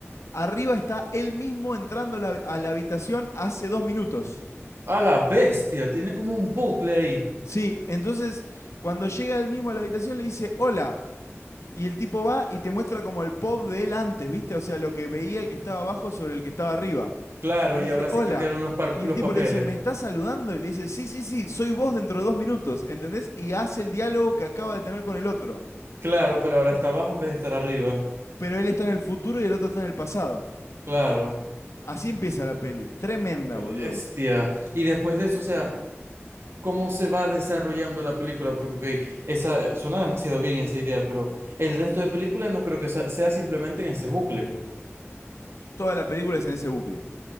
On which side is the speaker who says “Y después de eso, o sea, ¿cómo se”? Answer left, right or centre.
Right